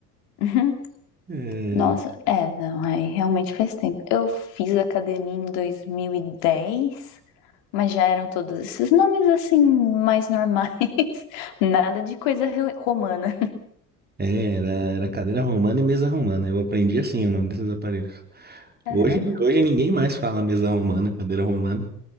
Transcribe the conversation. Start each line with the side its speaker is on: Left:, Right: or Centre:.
Left: <laughs>
Right: É,
Left: Nossa, é, não, aí realmente faz tempo. Eu fiz academia em 2010, mas já eram todos esses nomes assim, mais normais. <laughs> Nada de coisa romana.
Right: é, era, era cadeira romana e mesa romana. Eu aprendi assim o nome desses aparelhos.
Left: Caramba.
Right: Hoje, hoje ninguém mais fala mesa romana, cadeira romana.